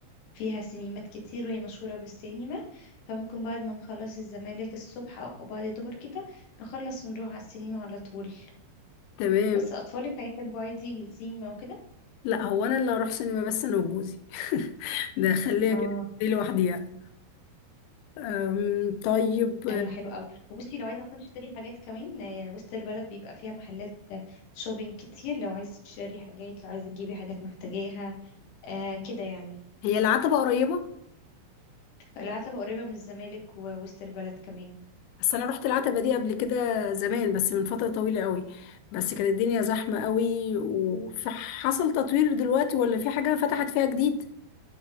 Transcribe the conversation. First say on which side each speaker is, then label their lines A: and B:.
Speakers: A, on the left (about 70°); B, on the left (about 90°).
A: فيها سينمات كتير وهي مشهورة بالسينما فممكن بعد ما نخلص الزمالك الصبح أو بعد الظهر كده نخلص ونروح على السينما على طول
B: تمام
A: بس أطفالك هيحبوا عادي السينما وكده
B: لا هو انا اللي هروح سينما بس انا وجوزي <laughs> ده خليها
A: اه
B: كده دي لوحديها أم، طيب
A: ايوه حلو قوي وبصي لو عايزه مثلا تشتري حاجات كمان آه، وسط البلد بيبقى فيها محلات آه، شوبينج كتير لو عايزه تشتري حاجات لو عايزه تجيبي حاجات محتاجاها آه كده يعني
B: هي العتبة قريبة
A: العتبة قريبة من الزمالك ووسط البلد كمان
B: بس أنا رحت العتبة دي قبل كده زمان بس من فترة طويلة قوي بس كانت الدنيا زحمة قوي وحصل تطوير دلوقتي ولا في حاجة فتحت فيها جديد